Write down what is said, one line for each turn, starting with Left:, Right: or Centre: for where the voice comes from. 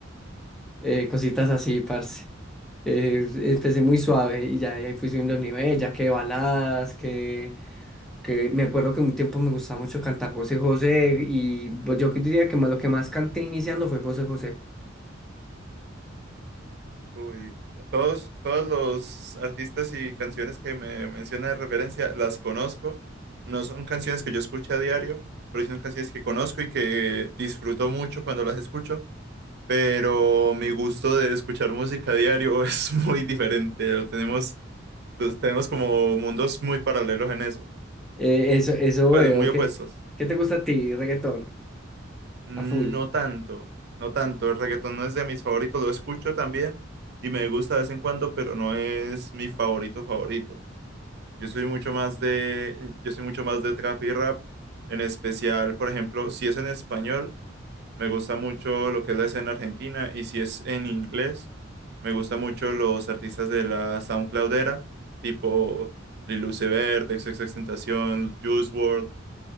Centre: eh, cositas así, parce. Eh, empecé muy suave y ya ahí fui subiendo el nivel, ya que baladas, que que me acuerdo que un tiempo me gustaba mucho cantar José José y pues yo que diría que más, lo que más canté iniciando fue José José.
Right: Uy, todos, todos los artistas y canciones que me menciona de referencia las conozco. No son canciones que yo escuche a diario, pero sí son canciones que conozco y que disfruto mucho cuando las escucho. pero mi gusto de escuchar música a diario <laughs> es muy diferente. Lo tenemos, pues, tenemos como mundos muy paralelos en eso,
Centre: Eh, eso, eso
Right: pues
Centre: veo.
Right: muy opuestos.
Centre: ¿Qué, qué te gusta a ti, reggaetón?
Right: No
Centre: A full.
Right: tanto, no tanto. El reggaetón no es de mis favoritos, lo escucho también y me gusta de vez en cuando, pero no es mi favorito favorito. Yo soy mucho más de, yo soy mucho más de trap y rap, en especial, por ejemplo, si es en español. Me gusta mucho lo que es la escena argentina y si es en inglés, me gusta mucho los artistas de la SoundCloudera, tipo Lil Uzi Vert, XXXTentacion, Juice World,